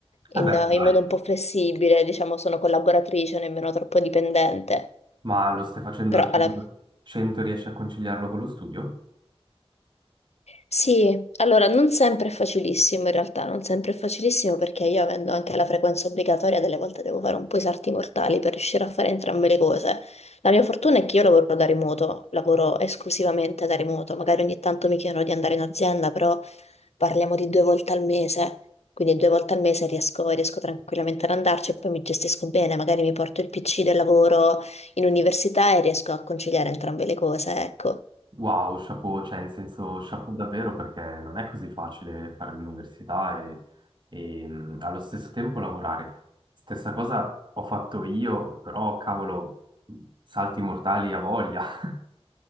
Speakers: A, on the right; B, on the left.
A: Vabbè,
B: in,
A: dai,
B: in modo un po' flessibile, diciamo, sono collaboratrice, nemmeno troppo dipendente.
A: ma lo stai facendo
B: Però
A: al 100%?
B: alla...
A: 100 riesci a conciliarlo con lo studio?
B: Sì, allora non sempre è facilissimo in realtà, non sempre è facilissimo perché io avendo anche la frequenza obbligatoria, delle volte devo fare un po' i salti mortali per riuscire a fare entrambe le cose. La mia fortuna è che io lavoro da remoto, lavoro esclusivamente da remoto, magari ogni tanto mi chiedono di andare in azienda, però... parliamo di due volte al mese, quindi due volte al mese riesco, riesco tranquillamente ad andarci e poi mi gestisco bene, magari mi porto il PC del lavoro in università e riesco a conciliare entrambe le cose, ecco.
A: Wow, chapeau, cioè in senso chapeau davvero perché non è così facile fare l'università e, e, mh, allo stesso tempo lavorare. Stessa cosa ho fatto io, però cavolo, salti mortali a voglia. <laughs>